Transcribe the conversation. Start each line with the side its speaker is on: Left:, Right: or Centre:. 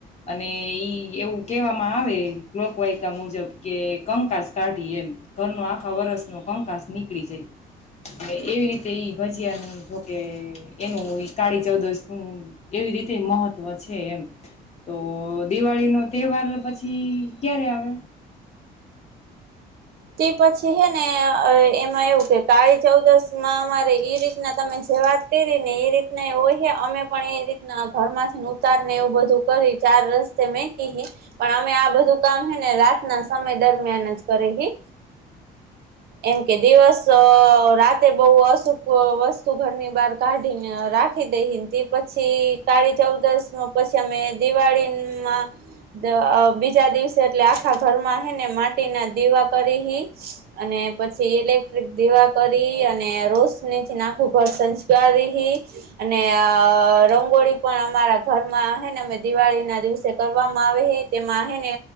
Left: અને એ એવું કહેવામાં આવે લોકવાયકા મુજબ કે કંકાસ કાઢી એમ ઘરનો આખા વરષનો કંકાસ નીકળી જાય એટલે એવી રીતે ઈ ભજીયાનું મૂકે એનું એ કાળી ચૌદશનું એવી રીતે મહત્વ છે એમ તો દિવાળીનો તહેવાર પછી ક્યારે આવે
Right: તે પછી હે ને એમાં એવું કે કાળી ચૌદશમાં અમારે એ રીતના તમે જે વાત કરી ને એ રીતના એ હોય અમે પણ એ રીતના ઘરમાંથીને ઉતાર ને એવું બધું કરી ચાર રસ્તે મેકી પણ અમે આ બધું કામ હેને રાતના સમય દરમિયાન જ કરી એમ કે દિવસ રાતે બહુ અશુભ વસ્તુ ઘરની બહાર કાઢીને રાખી દઈ તે પછી કાળી ચૌદશ પછી અમે દિવાળીમાં બીજા દિવસે એટલે આખા ઘરમાં હને માટીના દિવા કરી અને પછી ઇલેક્ટ્રિક દીવા કરી અને રોશનીથી આખું ઘર શણગારી અને રંગોળી પણ અમારા ઘરમાં હેને અમે દિવાળીના દિવસે કરવામાં આવે હે તેમાં અ ને